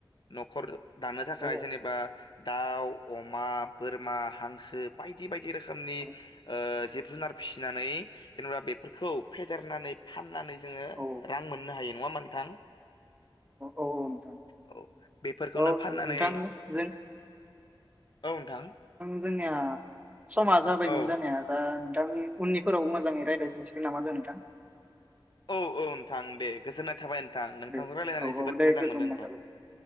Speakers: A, on the left; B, on the right.
A: न'खर दानो थाखाय
B: औ
A: जेनेबा दाउ अमा बोरमा हांसो बायदि बायदि रोखोमनि
B: औ
A: जिब जुनार फिसिनानै जेनेबा बेफोरखौ फेदेरनानै फाननानै जोङो
B: औ
A: रां मोननो हायो। नङा होमबा नोंथां?
B: औ औ नोंथां
A: औ बेफोरखौनो
B: औ
A: फाननानै
B: नोंथांजों
A: औ नोंथां।
B: जोंनिया समा जाबायमोन
A: औ
B: जानाया दा दा उननिफोराव मोजाङै रायज्लायहैसिगोन नामा दे नोंथां।
A: औ औ नोंथां दे गोजोननाय थाबाय नोंथां नोंथांजों
B: दे
A: रायजलायनानै
B: औ
A: जोबोद
B: औ दे
A: मोजां
B: गोजोननाय
A: मोनदों नोंथां।
B: थाबाय